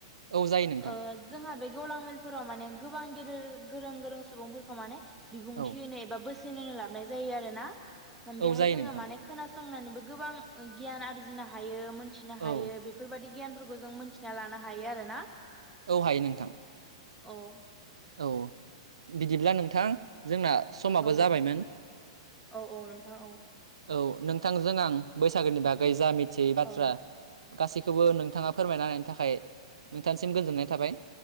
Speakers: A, on the right (about 80°); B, in the centre.
A: औ जायो नोंथां
B: ओ जोंहा बे गेवलां मेलफोराव माने गोबां गेदेर गोरों गोरों सुबुंफोरखौ माने बिबुंथि
A: औ
B: होनो एबा बोस सोन होनो लाबनाय जायो आरोना
A: औ
B: बेहाय
A: जायो
B: जोङो
A: नोंथां
B: माने खोनासंनानैबो गोबां गियान आरजिनो हायो मोनथिनो
A: औ
B: हायो बेफोरबादि गियानफोरखौ जों मोनथिनानै लानो हायो आरोना
A: अ हायो नोंथां
B: अह
A: औ बिदिब्ला नोंथां जोंना समाबो
B: औ
A: जाबायमोन
B: औ औ नोंथाङा औ
A: औ नोंथांजों आं बैसागोनि बागै जा मिथियै बाथ्रा
B: औ
A: गासैखौबो नोंथाङा फोरमायना होनायनि थाखाय नोंथांनिसिम गोजोननाय थाबाय